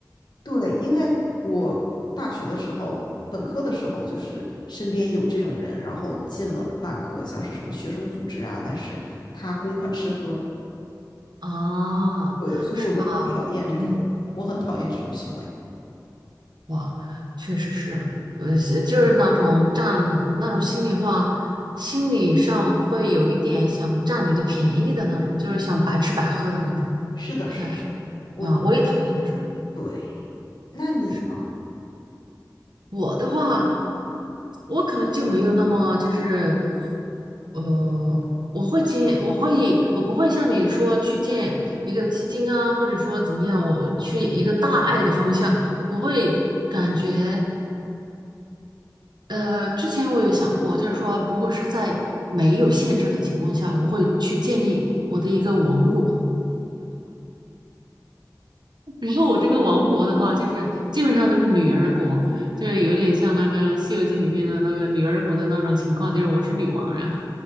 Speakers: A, on the left; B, on the right.
A: 对，因为我大学的时候，本科的时候就是身边有这种人，然后进了那个像是什么学生组织啊，但是他公款吃喝，
B: <laughs> 啊，
A: 对，所以我就很讨厌这种，
B: 是吧？嗯，
A: 我很讨厌这种行为。
B: 哇，确实是，呃，是就是那种占那种心里话，心理上会有一点想占你的便宜的那种，就是想白吃白喝的那种，
A: 是的，
B: 不太
A: 是的，我
B: 啊，我也讨厌这种人。
A: 对，那你呢？
B: 是我的话。我可能就没有那么就是，呃，我会见，我会，我不会像你说去建一个基金啊，或者说怎么样，我去一个大爱的方向，我会感觉，呃，之前我有想过，就是说，如果是在没有限制的情况下，我会去建立我的一个王国，然后我这个王国的话，就是基本上都是女儿国，就是有点像那个《西游记》里面的那个女儿国的那种情况，就是我是女王，然后。